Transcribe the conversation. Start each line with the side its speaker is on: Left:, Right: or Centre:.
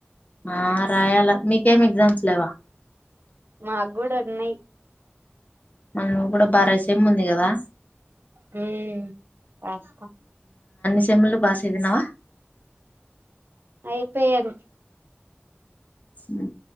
Left: ఆ రాయాలా మీకేం ఎగ్జామ్స్ లేవా
Right: మాకు కూడా ఉన్నాయి
Left: మళ్ళా నువ్వు కూడా బాగారాయి సేమ్ ఉంది కదా
Right: హు రాస్తా
Left: సేమ్ లో బాగా చదివినవా
Right: అయిపోయాను
Left: హు